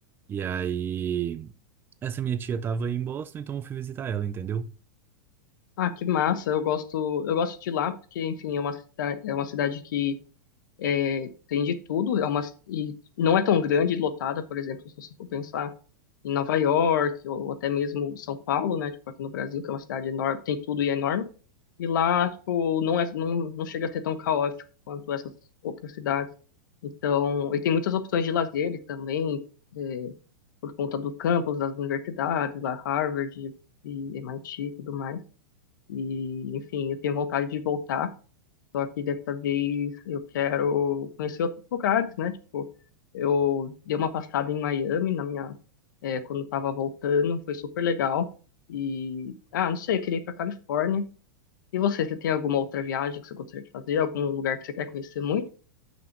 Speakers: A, on the right; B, on the left.
A: E aí, essa minha tia tava aí em Boston, então eu fui visitar ela, entendeu?
B: Ah, que massa. Eu gosto, eu gosto de lá porque, enfim, é uma cidade, é uma cidade que é, tem de tudo, é uma ci- e não é tão grande e lotada, por exemplo, se você for pensar em Nova York ou até mesmo São Paulo, né, tipo aqui no Brasil, que é uma cidade enorme, tem tudo e é enorme. E lá, tipo, não é, não, não chega a ser tão caótico quanto essas outras cidades. Então, e tem muitas opções de lazer também, é, por conta do campus das universidades, lá Harvard e MIT e tudo mais. E, enfim, eu tenho vontade de voltar, só que dessa vez eu quero conhecer outros lugares, né? Tipo, eu dei uma passada em Miami na minha, é, quando eu tava voltando, foi super legal. E, ah, não sei, eu queria ir pra Califórnia. E você, você tem alguma outra viagem que você gostaria de fazer? Algum lugar que você quer conhecer muito?